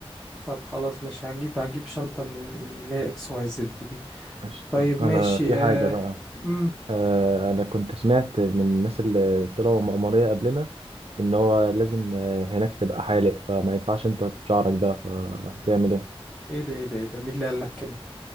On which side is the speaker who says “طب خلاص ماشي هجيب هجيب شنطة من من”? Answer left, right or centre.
Centre